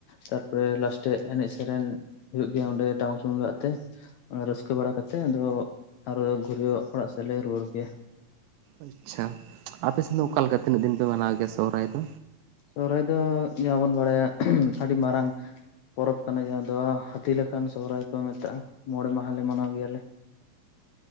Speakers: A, on the left (about 75°); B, on the right (about 80°).
A: ᱛᱟᱨ ᱯᱚᱨᱮ ᱞᱟᱥᱴᱮ ᱮᱱᱮᱡ ᱥᱮᱨᱮᱧ ᱦᱩᱭᱩᱜ ᱜᱮᱭᱟ ᱚᱸᱰᱮ ᱴᱟᱢᱟᱠ ᱛᱩᱢᱫᱟᱜ ᱟᱛᱮ᱾ ᱨᱟᱹᱥᱠᱟᱹ ᱵᱟᱲᱟ ᱠᱟᱛᱮᱜ ᱟᱫᱚ ᱟᱨᱚ ᱜᱷᱩᱨᱣᱟᱹ ᱚᱲᱟᱜ ᱥᱮᱫ ᱞᱮ ᱨᱩᱣᱟᱹᱲ ᱜᱮᱭᱟ।
B: ᱟᱪᱪᱷᱟ, ᱟᱯᱮᱥᱮᱱ ᱫᱚ ᱚᱠᱟᱞᱮᱠᱟ ᱛᱤᱱᱟᱹᱜ ᱫᱤᱱ ᱯᱮ ᱢᱟᱱᱟᱣ ᱜᱮᱭᱟ ᱥᱚᱦᱚᱨᱟᱭ ᱫᱚ?
A: ᱥᱚᱦᱚᱨᱟᱭ ᱫᱚ ᱡᱟᱦᱟᱸ ᱵᱚᱱ ᱵᱟᱲᱟᱭᱟ ᱟᱹᱰᱤ ᱢᱟᱨᱟᱝ ᱯᱚᱨᱚᱵᱽ ᱠᱟᱱᱟ ᱡᱟᱦᱟᱸ ᱫᱚ ᱦᱟᱹᱛᱤ ᱞᱮᱠᱟᱱ ᱥᱚᱦᱚᱨᱟᱭ ᱠᱚ ᱢᱮᱛᱟᱜᱼᱟ᱾ ᱢᱚᱬᱮ ᱢᱟᱦᱟ ᱞᱮ ᱢᱟᱱᱟᱣ ᱜᱮᱭᱟ ᱞᱮ।